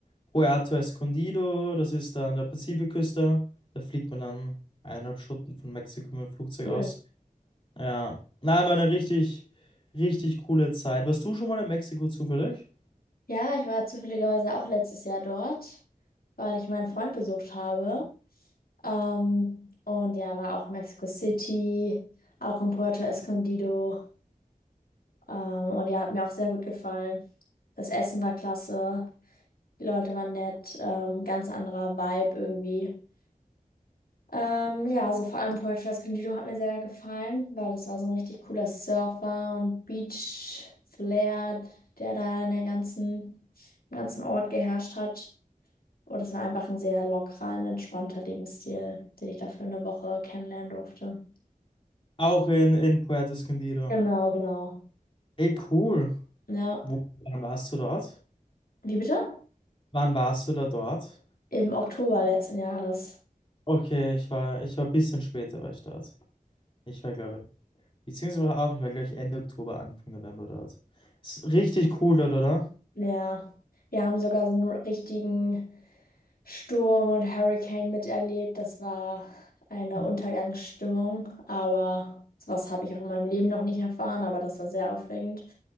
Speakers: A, on the left; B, on the left.
A: Puerto Escondido, das ist da an der Pazifikküste. Da fliegt man dann eineinhalb Stunden von Mexiko mit dem Flugzeug
B: cool.
A: aus. Ja, nein, war eine richtig, richtig coole Zeit. Warst du schon mal in Mexiko zufällig?
B: Ja, ich war zufälligerweise auch letztes Jahr dort, weil ich meinen Freund besucht habe. Ähm, und ja, war auch in Mexico City, auch in Puerto Escondido. Ähm, und ja, hat mir auch sehr gut gefallen. Das Essen war klasse, die Leute waren nett, ähm, ganz anderer Vibe irgendwie. Ähm, ja, also vor allem Puerto Escondido hat mir sehr gefallen, weil es war so ein richtig cooler Surfer und Beach-Flair, der da in der ganzen, im ganzen Ort geherrscht hat. Und es war einfach ein sehr lockerer und entspannter Lebensstil, den ich da für eine Woche kennenlernen durfte.
A: Auch in, in Puerto Escondido.
B: Genau, genau.
A: Ey, cool.
B: Ja.
A: Wo, wann warst du dort?
B: Wie bitte?
A: Wann warst du da dort?
B: Im Oktober letzten Jahres.
A: Okay, ich war, ich war ein bisschen später war ich dort. Ich war, glaube Beziehungsweise auch, ich war, glaube ich, Ende Oktober, Anfang November dort. Ist richtig cool dort, oder?
B: Ja, wir haben sogar so einen richtigen Sturm und Hurricane miterlebt. Das war eine Untergangsstimmung, aber sowas habe ich auch in meinem Leben noch nicht erfahren, aber das war sehr aufregend.